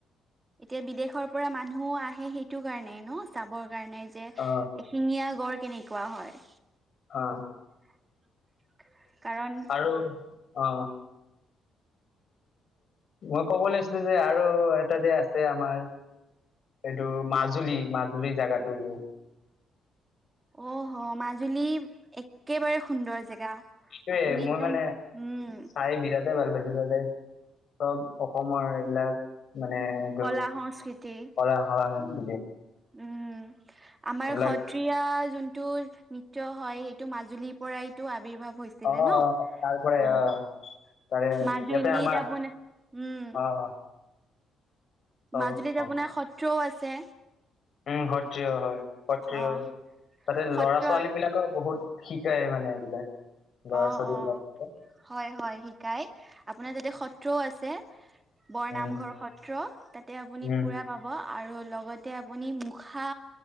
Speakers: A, on the right; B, on the left.
A: এতিয়া বিদেশৰ পৰা মানুহ আহে সেইটো কাৰণে নহ চাবৰ। কাৰণে যে এশিঙীয়া
B: অ
A: গড় কেনেকুৱা হয়।
B: অ,।
A: <unintelligible> কাৰণ
B: আৰু অ,। মই কব লৈছিলো যে আৰু এটা যে আছে আমাৰ। এইটো মাজুলী-মাজুলীৰ জাগাটো যে।
A: অহ মাজুলী একেবাৰে সুন্দৰ জেগা
B: এইয়ে
A: আপুনি
B: মই
A: একদম
B: মানে
A: উম
B: চাই বিৰাট ভাল পাইছো ততে চব অসমৰ এইবিলাক মানে এইটো
A: কলা সংস্কৃতি
B: কদা হাৰ নাই
A: উম আমাৰ
B: এইবিলাক
A: সত্ৰীয়া জোনটো নৃত্য হয় সেইটো মাজুলীৰ পৰাইতটো আবিিৰ্ভাৱ হেছিলে
B: অ অ
A: ন'
B: তাৰ পৰাই অ তাৰে
A: মাজুলীত
B: ইয়াতে আমাৰ
A: আপোনাৰ উম
B: অ অ, চব
A: মাজুলীত
B: অ
A: আপোনাৰ সত্ৰও আছে
B: উম সত্ৰিয় হয় সত্ৰিয়
A: অ'
B: হয় তাতে
A: সত্ৰ
B: ল'ৰা ছোৱালী বিলাকৰ বহুত শিক্ষি শিকাই মানে এইবিলাক ল'ৰা
A: অ'
B: ছোৱালী
A: অ'
B: বিলাকে
A: হয় হয় শিকাই আপোনাৰ যাতে সত্ৰও আছে বৰনামঘৰ
B: উম
A: সত্ৰ তাতে আপুনি
B: উম
A: পুৰা পাব আৰু লগতে আপুনি মুখা